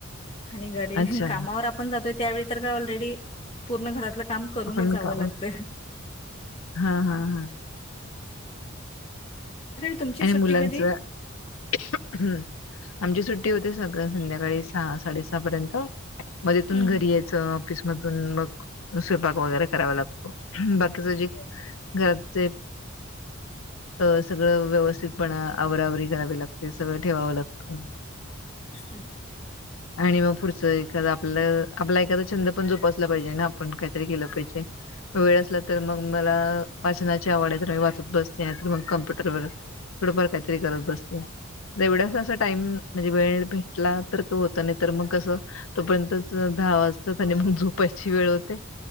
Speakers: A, on the left; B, on the left.
A: आणि जर
B: अच्छा
A: कामावर आपण जातोय त्यावेळी तर का ऑलरेडी पूर्ण घरातलं काम करूनच
B: आपण
A: जावं
B: का
A: लागत.
B: हा हा हा
A: तुमची
B: आणि
A: सुट्टी
B: मुलांचं
A: कधी?
B: हम्म आमची सुट्टी होते साधारण संध्याकाळी सहा साडेसहा पर्यंत म तिथून
A: हं.
B: घरी यायचं ऑफिसमधून मग म स्वयंपाक वगैरे करावा लागतो बाकीच जे
A: हो.
B: घरात <unintelligible> सगळं व्यवस्थितपणा आवराआवरी करावी लागते, सगळं ठेवावं लागतं
A: <inaudible>
B: आणि मग पुढचं एखादा आपलं आपला एखादा छंद पण जोपासला पाहिजे ना आपण काहीतरी केलं पाहिजे वेळ असला तर मग मला वाचनाची आवड आहे, खर मी वाच त बसते नाहीतर मग कम्प्युटर वर थोडंफार काहीतरी करत बसते एवढा असा टाईम म्हणजे वेळ भेटला तर तो मग कस तोपर्यंत दहा वाजतात आणि मग झोपायची वेळ होते